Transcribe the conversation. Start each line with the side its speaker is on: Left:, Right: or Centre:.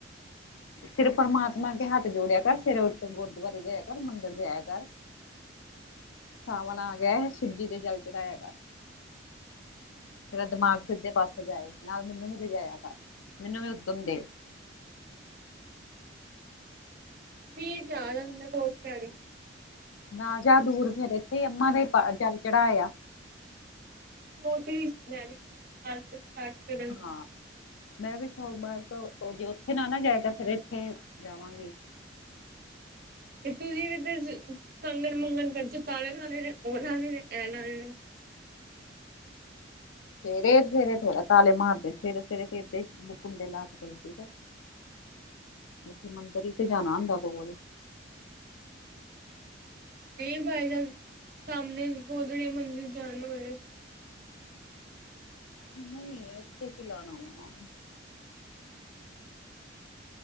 Left: ਸੇਰੇ ਪਰਮਾਤਮਾ ਅਗੇ ਹੱਥ ਜੋੜਿਆ ਕਰ, ਸਵੇਰੇ ਉਠਕੇ ਗੁਰਦੁਆਰੇ ਜਾਏਆ ਕਰ, ਮੰਦਰ ਜਾਏਆ ਕਰ। ਸਾਵਣ ਆ ਗਆ ਐ, ਸਿਵਜੀ ਤੇ ਜਲ ਚੜਾਇਆ ਕਰ। ਤੇੇਰਾ ਦਿਮਾਗ ਸਿੱਧੇ ਪਾਸੇ ਜਾਏ, ਨਾਲ ਮੈਨੂੰ ਵੀ ਲਿਜਾਇਆ ਕਰ, ਮੈਨੂੰ ਵੀ ਉੱਦਮ ਦੇ।
Right: ਪਲੀਜ਼ ਯਾਰ <unintelligible> <unintelligible>
Left: ਨਾ ਜਾ ਦੂਰ, ਫੇਰ ਏਥੇ ਈ ਅੰਮਾ ਤੇ ਈ ਜਲ ਚੜ੍ਹਾਇਆ।
Right: ਸੋਚ ਰਹੀ ਸੀ ਮੈਂ ਵੀ ਸੋ ਮਾਰ ਸਟਾਰਟ ਕਰਨ। <unintelligible>
Left: ਹਾਂ ਮੈਂ ਵੀ ਸੋਮਵਾਰ ਤੋਂ, ਓ ਜੇ ਓਥੇ ਨਾ ਨਾ ਜਾਏਆ ਕਰ ਫਿਰ ਏਥੇ ਜਾਵਾਂਗੇ।
Right: ਤੇ ਤੁਸੀਂ ਵੀ ਤੇ ਸ਼ ਸੰਗਣ, ਮੰਗਣ ਕਰਜ, ਤਾਲੇ ਲਾਣੇ ਨੇ, ਓਹ ਲਾਣੇ ਨੇ, ਐ ਲਾਣੇ ਨੇ।
Left: ਸਵੇਰੇ ਸਵੇਰੇ ਥੋੜਾ ਤਾਲੇ ਮਾਰਦੇ, ਸਵੇਰੇ- ਸਵੇਰੇ ਤੇ ਏਦਾ ਈ ਕੁੰਡੇ ਲਾ ਕੇ ਚੱਲ ਜੀ ਦਾ। ਏਥੇ, ਮੰਦਰ ਈ ਤੇ ਜਾਣਾ ਹੁੰਦਾ ਕੋਲ ਈ।
Right: ਫੇਰ ਬਾਈਜਾ, ਸਾਹਮਣੇ ਗੋਦੜੇ ਮੰਦਿਰ ਜਾਣ ਨੂੰ ਹੋਏ।
Left: ਨਹੀਂ, ਉੱਥੇ ਕਿ ਲਉਣਾ ਵਣਾ।